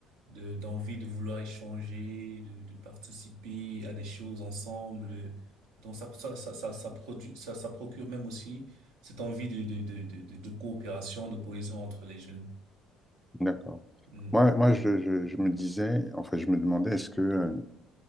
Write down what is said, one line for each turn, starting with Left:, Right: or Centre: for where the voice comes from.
Right: de, d'envie de vouloir échanger, de, de participer à des choses ensemble. Donc ça, ça, ça, ça, ça produit, ça, ça procure même aussi cette envie de, de, de, de, de de coopération, de cohésion entre les jeunes.
Centre: D'accord.
Right: Mhm.
Centre: Moi, moi je, je- je me disais, enfin, je me demandais, est-ce que euh,